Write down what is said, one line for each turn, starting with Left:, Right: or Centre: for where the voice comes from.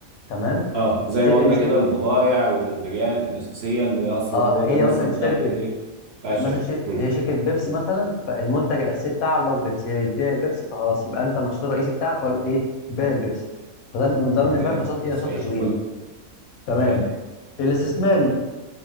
Left: تمام
Right: اه
Left: الشركه
Right: زي ما قلنا
Left: دي شركه
Right: كده البضائع والمنتجات الأساسية اللي أصلا
Left: اه
Right: هو
Left: هي
Right: ده مصدر
Left: مثلا شركه
Right: الدخل الإيه بتاع
Left: مثلا
Right: الشركة
Left: شي...
Right: مم.
Left: هي شركه بيبسي مثلا فالمنتج الاساسي بتاعها اللي هو البيبسي هي بتبيع البيبسي فخلاص يبقى انت النشاط الرئيسي بتاعك ولا ايه بيع البيبسي فده ده
Right: تمام
Left: بالنسبه لك نشاط ايه
Right: زي
Left: نشاط تشغيلي
Right: الفل
Left: تمام
Right: تمام
Left: الاستثماري